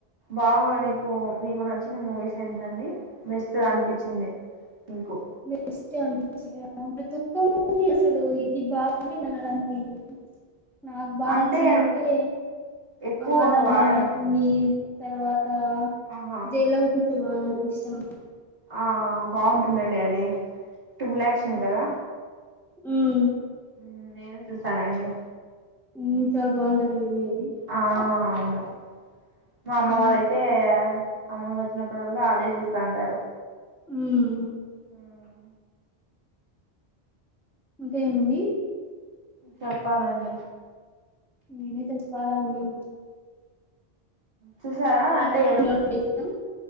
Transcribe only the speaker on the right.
బాగా నీకు మీకు నచ్చిన మూవీస్ ఏంటండి బెస్ట్ అనిపిచింది మీకు
అంటే
ఎక్కువగా
బాగా
ఆహా
ఆ బాఉంటుందండి అది ట్రిబుల్ ఆక్షన్ కదా
మ్ నేను చూసానండి
ఆ అవును మా అమ్మ
వాళ్ళయితే ఆమూవి ఒచ్చినప్పుడల్లా అదే చూస్తా అంటారు
ఉం
చెప్పాలండి
చూసారా అంటే